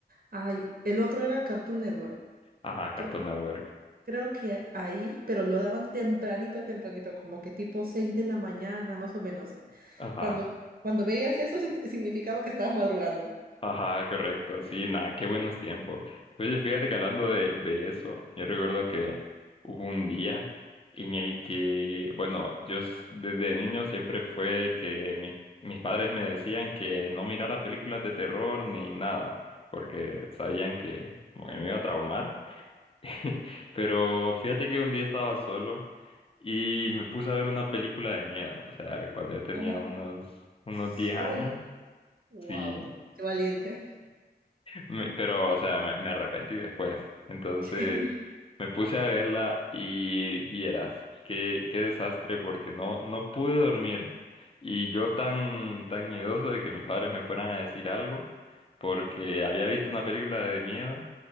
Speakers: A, on the right; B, on the left.
A: Ay, el otro era Cartoon Network.
B: Ajá, Cartoon
A: Cre-
B: Network.
A: Creo, que ahí, pero lo daban tempranito, tempranito, como que tipo 6 de la mañana, más o menos.
B: Ajá.
A: Cuando, cuando veías eso, sin- significaba que estabas madrugando.
B: Ajá, correcto. Sí, nada, qué buenos tiempos. Oye, fíjate que hablando de, de eso, yo recuerdo que hubo un día en el que, bueno, yo s- desde niño siempre fue que mis, mis padres me decían que no mirara películas de terror ni nada, porque sabían que como que me iba a traumar. <laughs> Pero fíjate que un día estaba solo y me puse a ver una película de miedo, o sea, cuando yo tenía
A: Ajá.
B: unos, unos
A: Solo.
B: 10 años.
A: Wow,
B: Sí,
A: qué valiente.
B: me- pero, o sea, me, me arrepentí después. Entonces,
A: <laughs>
B: me puse a verla y vieras, qué, qué desastre, porque no, no pude dormir. Y yo tan, tan miedoso de que mis padres me fueran a decir algo, porque había visto una película de miedo,